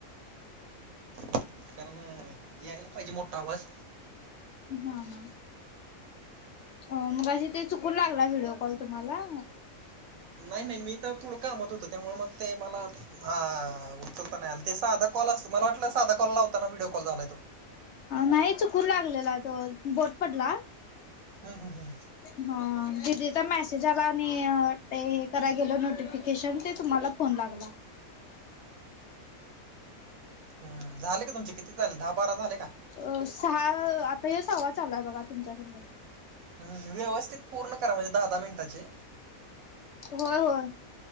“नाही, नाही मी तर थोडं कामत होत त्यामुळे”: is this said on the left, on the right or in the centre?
Right